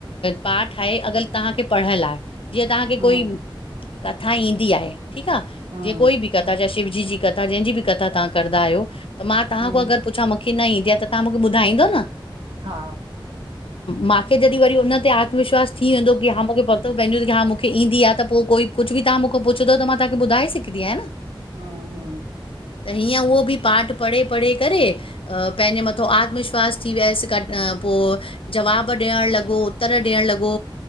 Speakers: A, on the left (about 80°); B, on the right (about 70°).
A: पाठ ठहे अगर तव्हांखे पढ़ढ लाय। जीअं तव्हांखे
B: हम्म
A: कोई कथा ईंदी आहे। ठीक आह
B: हम्म
A: जिंअ कोई बि कथा
B: हम्म
A: चाहे शिवजी जी कथा जंहिंजी बि कथा तव्हां करदा आहयो। त मां तव्हां
B: हम्म
A: खां अगरि पुछां मूंखे न ईंदी आहे त तव्हां मूंखे ॿुधाईंदोव न
B: हा
A: मूंखे जॾहिं वरी हुन ते आ विश्वास थीे वेंदो की हा मूंखे पतो पवनदो की हा मूंखे ईंदी आ। त पोइ कोई कुछ बि तव्हां मूंखो पुछदवत मां तव्हां ॿुधा ॿुधाये सिघदी आहे न।
B: हम्म हम्म
A: त हीअं उहो बि पाठ पढ़े पढ़े करे पंहिंजे मथो आत्मविश्वास थी वियसि क पो जवाब ॾियण लॻो उत्तर ॾियण लॻो